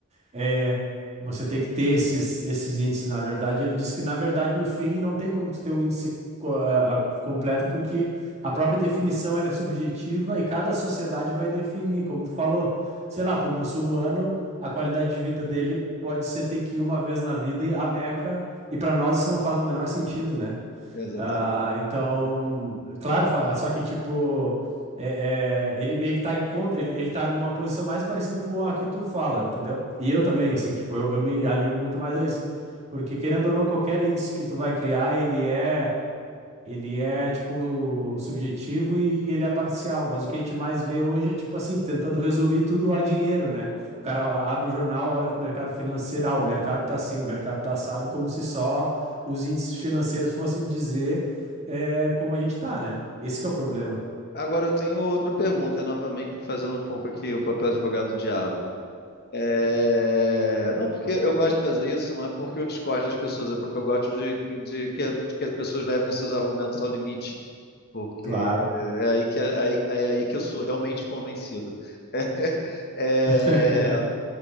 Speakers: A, on the right; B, on the left.
A: é, você tem que ter esses, esses índices, na verdade. Ele diz que, na verdade, no fim, não tem como tu ter um índice co- eh, completo, porque a própria definição ela é subjetiva e cada sociedade vai definir, como tu falou. Sei lá, para o muçulmano, a qualidade de vida dele pode ser ter que ir uma vez na vida e- à Meca, e para nós isso não faz o menor sentido, né?
B: Exato.
A: Ah, então, claro, fa- só que tipo, é, é, ele meio que tá em conta, ele, ele tá numa posição mais parecida com a que tu fala, entendeu? E eu também, assim, tipo, eu, eu me alinho muito mais a isso. Porque querendo ou não, qualquer índice que tu vai criar, ele é. Ele é, tipo, subjetivo e ele é parcial. Mas o que a gente mais vê hoje é, tipo assim, tentando resumir tudo a dinheiro, né? O cara abre o jornal, olha para o mercado financeiro, ah, o mercado tá assim, o mercado tá assado, como se só os índices financeiros fossem dizer eh, como a gente tá, né? Esse que é o problema.
B: Agora eu tenho outra pergunta, e novamente fazendo um pouco aqui o papel de advogado do diabo. É, Não, porque eu gosto de fazer isso, não é porque eu discordo das pessoas, é porque eu gosto de, que- de que, de que as pessoas levem os seus argumentos ao limite, porque
A: Claro.
B: eh, é aí que, é é aí, é aí que eu sou realmente convencido. <laughs> É,
A: <laughs>